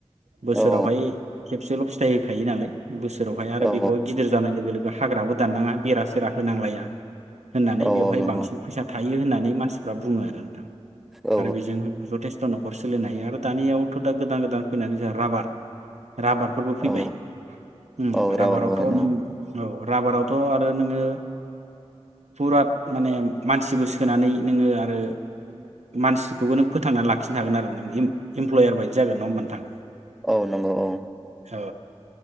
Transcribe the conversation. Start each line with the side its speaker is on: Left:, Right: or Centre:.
Right: बोसोरावहाय
Centre: औ
Right: खेबसेल' फिथाइ थायो नालाय। बोसोरावहाय आरो
Centre: औ
Right: बेखौहाय गिदिर जानाय लोगो लोग हाग्राबो दाननाङा बेरा सेरा होनांलाया। होननानै
Centre: औ
Right: बेवहाय
Centre: नंगौ
Right: बांसिन फैसा था हायो होननानै मानसिफ्रा बुङो आरो नोंथां।
Centre: औ
Right: आरो बेजोंनो जथेस थ' न'खर सोलिनो हायो आरो दानियावथ' दा गोदान गोदान फैनानै जोंहा राबार राबारफोरबो फैबाय।
Centre: औ
Right: ओम
Centre: औ
Right: राबारावथ'
Centre: राबार बागान
Right: नों
Centre: औ
Right: औ राबारावथ' आरो नोङो फुरात माने मानसिबो सोनानै नोङो आरो मानसिखौबो नों फोथांनानै लाखिनो हागोन आरो नों इमप्लयार बायदि जागोन नङा होमबा नोंथां।
Centre: औ नंगौ औ।
Right: ओ।